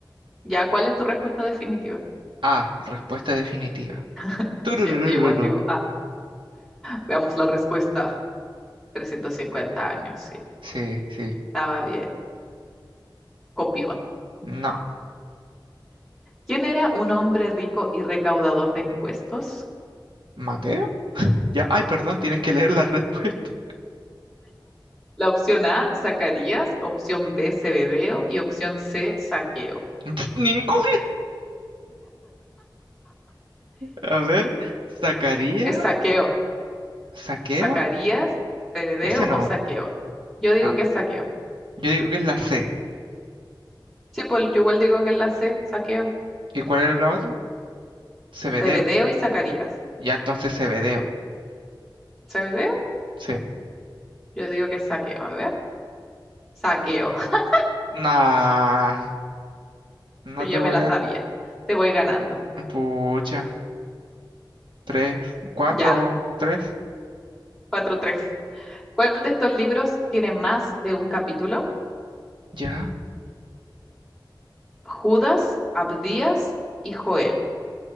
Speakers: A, in the centre; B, on the right.
A: Ya, ¿cuál es tu respuesta definitiva?
B: Ah, respuesta definitiva.
A: <laughs>
B: Turururururun.
A: Ya, igual digo, ah, veamos la respuesta. 350 años, sí.
B: Sí, sí.
A: Estaba bien, copión.
B: No.
A: ¿Quién era un hombre rico y recaudador de impuestos?
B: ¿Maté? Ya, ay, perdón, tienes que leer la respuesta.
A: La opción A, Zacarías, opción B, Zebedeo y opción C, Saqueo.
B: <laughs> Ninguna. A ver, sacaría,
A: Es Saqueo.
B: saqueo,
A: ¿Zacarías, Zebedeo
B: ese no.
A: o Saqueo? Yo digo
B: Ah,
A: que es Saqueo.
B: yo digo que es la C.
A: Sí, pues yo igual digo que es la C, Saqueo.
B: ¿Y cuál era la otra? Cebedeo.
A: Zebedeo y Zacarías.
B: Ya entonces Cebedeo.
A: ¿Zebedeo?
B: Sí.
A: Yo digo que es Saqueo. A ver, Saqueo. <laughs>
B: Nah, no
A: Pero
B: te
A: yo
B: voy
A: me la
B: a.
A: sabía. Te voy ganando.
B: Pucha, tres, cuatro,
A: Ya,
B: tres.
A: Cuatro tres. ¿Cuál de estos libros tiene más de un capítulo?
B: Ya.
A: Judas, Abdías y Joel.